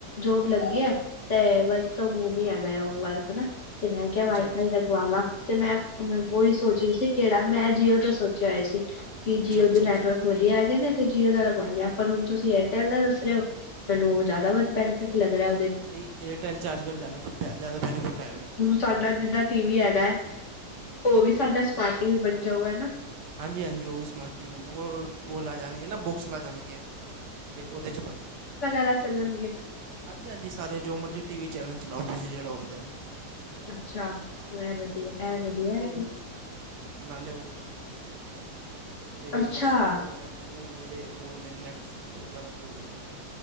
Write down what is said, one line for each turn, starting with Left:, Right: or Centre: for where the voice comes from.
Left: ਜੋਬ ਲੱਗ ਗੇਆ, ਤੇ ਵਰਕ ਫਰੋਮ ਹੋਮ ਈ ਹੇਗਾ। ਉਹ ਵਰਕ ਨਾ ਤੇ ਮੈਂ ਕਿਹਾ
Right: ਅੱਛਾ
Left: ਵਾਈਫਾਈ
Right: ਅੱਛਾ
Left: ਲਗਵਾਵਾਂ। ਤੇ ਮੈਂ ਹੁੰ ਉਹੀ ਸੋਚ ਰੀ ਸੀ ਕਿਹੜਾ, ਮੈਂ ਜੀਓ ਦਾ ਸੋਚਿਆ ਹੋਇਆ ਸੀ। ਬੀ
Right: ਅੱਛਾ
Left: ਜੀਓ
Right: ਅੱਛਾ
Left: ਦੇ
Right: ਅੱਛਾ
Left: ਨੈਟਵਰਕ ਵਧੀਆ ਹੇਗੇ ਨੇ। ਤੇ ਜੀਓ ਦਾ ਲਗਵਾਂਦੇ ਆਂ ਪਰ ਹੁਣ ਤੁਸੀਂ ਏਅਰ ਟੇਲ ਦਾ ਦੱਸ ਰੇ ਓ ਮੈਨੂੰ ਉਹ ਜ਼ਦਾੱ ਵ ਬੈਨਿ ਟ ਲਗ ਰਾ।
Right: ਨਈ ਏਅਰਟੇਲ 'ਚ ਅੱਜ ਕੱਲ ਜਾਦਾ <unintelligible> ਜ਼ਿਆਦਾ ਬੈਨੀਫਿਟ ਹੈਏ ਉਹਨੇ
Left: ਤੁਹਾਡਾ ਜਿੱਦਾ ਟੀਵੀ ਹੈਗਾ ਐ, ਉਹ ਵੀ ਸਾਡਾ ਸਮਾਰਟ ਟੀਵੀ ਬਨ ਜਾਊਗਾ ਨਾ?
Right: ਹਾਂਜੀ-ਹਾਂਜੀ ਓਵੀ ਸਮਾਰਟ <unintelligible> ਉਹ ਲੈ ਜਾਨਗੇ ਨਾ, ਬੁਕਸ ਲੈ ਜਾਨਗੇ ਤੇ ਉਹਦੇ ਬਨੋ
Left: ਰਾ ਚੱਲਨਗੇ
Right: ਹਾਂਜੀ-ਹਾਂਜੀ ਸਾਰੇ ਜੋ ਮਰਜ਼ੀ ਟੀਵੀ ਚੈਨਲ ਚਲਾਓ। ਤੁਸੀਂ ਜਿਹੜਾ ਹੁੰਦਾ ਐ।
Left: ਅੱਛਾ ਮੈਂ ਵਧੀਆ, ਐ ਵਧੀਆ ਫੇ
Right: <unintelligible> ਤੇ ਨਾਲੇ
Left: ਅੱਛਾ,
Right: ਸੁ ਉਹ ਅਲਗ ਚੁ ਨੇ ਜਿਹੜੇ ਓ ਨੈਕ ਫਰਿਕਸ ਵਗੈਰਾ ਜੋ ਵੀ ਹੋਏਗਾ